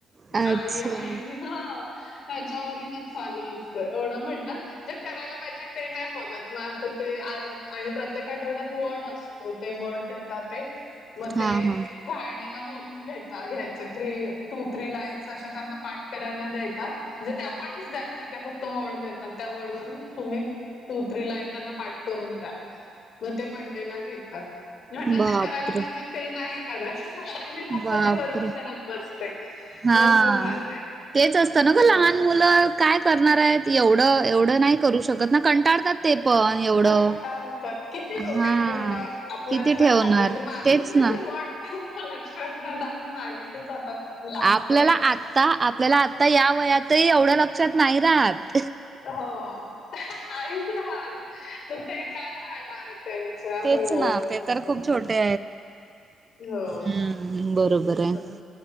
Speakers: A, on the right (about 30°); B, on the left (about 65°).
A: अच्छा.
B: आई आई हा, त्याच्यावरूनच चालू असतय, एवढं म्हटलं जे करायला पाहिजे ते नाही बोलत मग आता ते आ आणि प्रत्येक आठवड्यात वर्ड अस तो. ते वर्ड देतात एक मग
A: हां,
B: ते,
A: हां.
B: फ्रायडे ला बोलून घेता, घ्यायच. थ्री, टू थ्री लाईन्स तशा त्यांना पाठ करायला देतात, म्हणजे ते आपणच द्यायचं तर ते फक्त वर्ड देतात, त्या वर्ड वरून तुम्ही टू थ्री लाईन त्यांना पाठ करून द्या. मग ते मंडेला घेतात. म्हटलं
A: बापरे!
B: जे करायला पाहिजे ते नाही करत आणि नको
A: बापरे!
B: ते बरोबर करत बसते.
A: हां.
B: अस्स झालंय.
A: तेच असतं ना
B: होय.
A: ग लहान मुलं काय करणार आहेत? एवढं एवढं नाही करू शकत. तर ना कंटाळतात ते पण एवढं.
B: कंटाळा येतात किती
A: हा
B: डोक्यात ठेवणार आपल्याच
A: किती
B: हातचं
A: ठेवणार
B: की माझं
A: तेच
B: नाही,
A: ना
B: ते वर्ड लक्षात राहतं. आम्ही मागे तेच आता लास्ट
A: आपल्याला
B: आहे.
A: आता आपल्याला आता या वयातही एवढं लक्षात नाही राहात
B: हो नाहीच राहत तर ते काय राहणार? त्यांचा,
A: तेच
B: हो
A: ना
B: असं
A: ते
B: हो
A: हं बरोबर
B: असं,
A: आहे